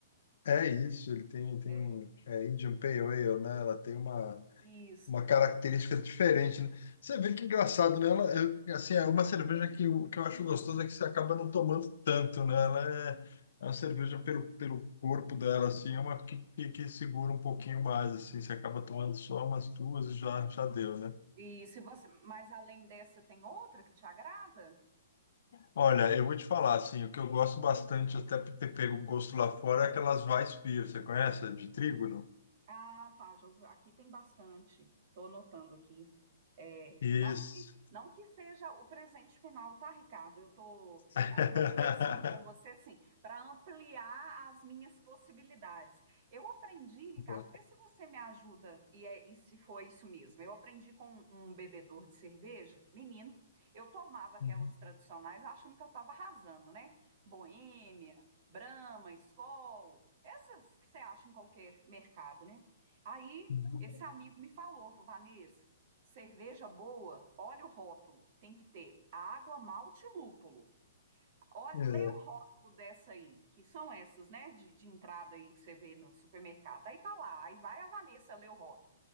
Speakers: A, on the left; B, on the right.
A: É isso, ele tem, tem
B: É,
A: é Indian Pale Ale, né? Ela tem uma
B: isso.
A: uma característica diferente, né? Você vê que engraçado, né? Ela, é, assim, é uma cerveja que, o que eu acho gostoso é que você acaba não tomando tanto, né? Ela é, é uma cerveja pelo, pelo corpo dela, assim, é uma que, que, que segura um pouquinho mais, assim, você acaba tomando só umas duas e já, já deu, né?
B: E se você, mas além dessa, tem outra que te agrada?
A: Olha, eu vou te falar, assim, o que eu gosto bastante, até por ter pego gosto lá fora, é aquelas Weissbier, você conhece? De trigo, não?
B: Ah, tá, já ouvi- aqui tem bastante. Estou anotando aqui. É,
A: Isso.
B: não que, não que seja o presente final, tá, Ricardo? Eu estou tô,
A: <laughs>
B: ah, tô conversando com você, assim, para ampliar as minhas possibilidades. Eu aprendi, Ricardo,
A: Boa.
B: vê se você me ajuda e, é- e se foi isso mesmo. Eu aprendi com um bebedor de cerveja, menino, eu tomava aquelas
A: Uhum.
B: tradicionais achando que eu estava arrasando, né? Boêmia, Brahma, Skol, essas que você acha em qualquer mercado, né? Aí
A: Uhum.
B: esse amigo me falou, falou, Vanessa, cerveja boa, olha o rótulo, tem que ter água, malte e lúpulo. Olha,
A: É.
B: lê o rótulo dessa aí, que são essas, né, de, de entrada aí que você vê no supermercado. Aí tá lá, aí vai a Vanessa ler o rótulo.